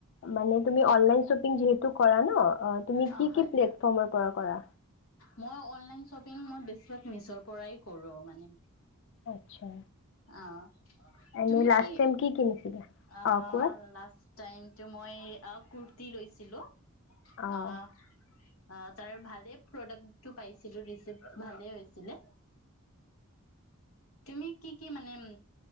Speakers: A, on the left; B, on the left.
A: মানে তুমি অনলাইন শপিং যিহেতু। কৰা ন! তুমি
B: অ
A: কি
B: হয়
A: কি প্লেটফৰ্মৰ পৰা কৰা?
B: মই অনলাইন শ্বপিং মই বেছিভাগ মিছৰ পৰাই কৰো মানে।
A: আচ্ছা!
B: অ'।
A: এনে
B: তুমি
A: লাষ্ট
B: কি,
A: টাইম কিনিছিলা
B: আহ
A: অ কোৱা
B: লাষ্টটাইমটো মই ক দি লৈছিলোঁ।
A: অ
B: আহ! অ তাৰ ভালেই প্ৰডাক্টটো পাইছিলো ৰিচিভ ভালেই হৈছিলে। তুমি কি কি মানে উম